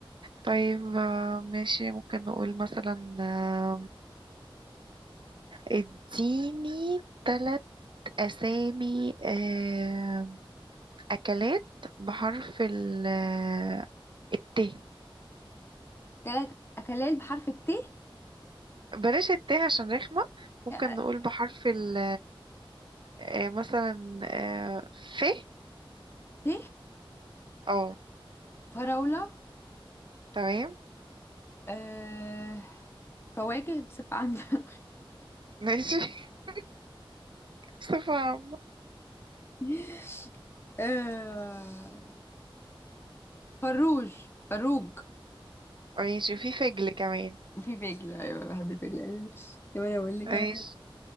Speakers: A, on the right (about 60°); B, on the left (about 25°).
A: طيب آه، ماشي ممكن نقول مثلا آه، اديني ثلاث أسامي آه، أكلات بحرف ال آه، الت
B: ثلاث اكلات بحرف الت
A: بلاش الت عشان رخمة ممكن
B: آه،
A: نقول بحرف ال آه، مثلا آه، ف
B: ت
A: اه
B: فراولة
A: تمام
B: آه، فواكه بصفة عامة
A: ماشي <laughs> بصفة عامة
B: <laughs> آه، فروج فروج
A: ماشي وفي فجل كمان
B: وفي فجل ايوه بحب الفجل طب انا اقول لك
A: ماشي
B: انا